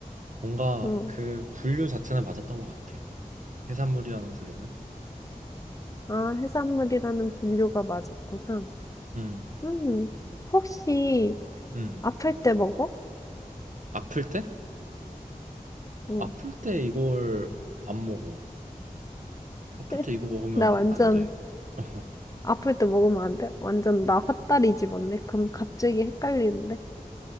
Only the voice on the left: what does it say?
어.
아, 해산물이라는 분류가 맞았구나.
음, 혹시
아플 때 먹어?
응.
<laughs>
나 완전
아플 때 먹으면 안 돼. 완전 나 헛다리 집었네. 그럼 갑자기 헷갈리는데.